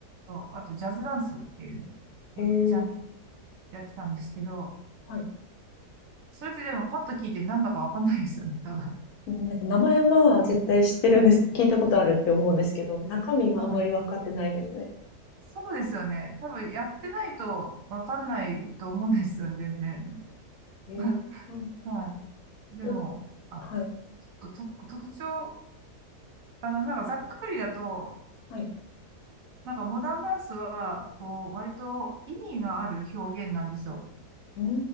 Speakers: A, on the right; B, on the left.
A: とあとジャズダンスっていう、なんかジャンル
B: ええ
A: やってたんですけど、
B: はい。
A: それってでもパッと聞いてなんだかわかんないですよね、多分。は
B: うん、なんか名前は絶対知ってるんです。
A: いは
B: 聞いたことあるって思うんですけど、中身はあんまり分かってないですね。
A: いはいそうですよね。多分やってないとわかんないと思うんですよね、全然。
B: えーうん、
A: <laughs> はい。でも、
B: と
A: あ、
B: はい、
A: と、特徴、あの、なんかざっくりだと、
B: はい。
A: なんかモダンダンスは、こう、割と意味がある表現なんですよ。
B: うー